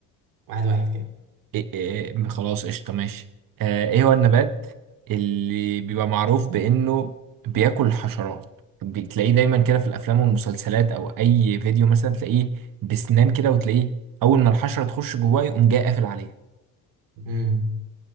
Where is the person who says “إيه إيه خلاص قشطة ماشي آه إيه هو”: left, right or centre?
Right